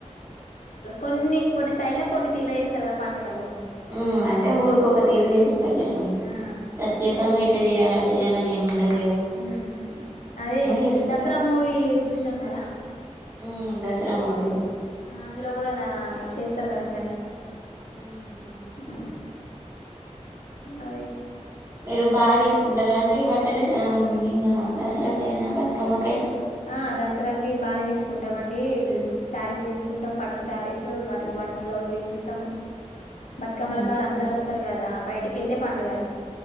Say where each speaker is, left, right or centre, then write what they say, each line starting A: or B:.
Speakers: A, on the left (about 80°); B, on the right (about 20°).
A: కొన్ని కొన్ని సైడ్లకు కొన్ని తీర్ల చేస్తరు కదా పండగలు
B: ఉ అంటే ఊరికొక తీరు చేస్తారులేండి,
A: ఆ
B: ప్రత్యేకంగా ఇట్ల చేయాలి అట్ల చెయాలని ఏం ఉండదు
A: ఊమ్ అదే
B: చేసుకుంటారు
A: దసరా మూవీ చూసినం కదా
B: మ్మ్ దసరా మూవీ
A: అందులో కూడా నా చేస్తారు కద ఇట్లనే
B: మ్మ్ అవును
A: ఉ
B: ఇంకా
A: అదే
B: మీరు బా తీసుకుంటారా అండి బట్టలు ఆ ఇంగ దసరా కైనా, బతుకమ్మ కైనా.
A: ఆ దసరాకి బానే తీసుకుంటాం అండి. శారీస్ తీసుకుంటాం. పట్టు శారీస్ వాటి వర్క్ బ్లౌజ్లు వేయించుతాం. బతుకమ్మల
B: మ్మ్
A: కాడ అందరు వస్తరు కదా బయటకెళ్ళే పండుగ అది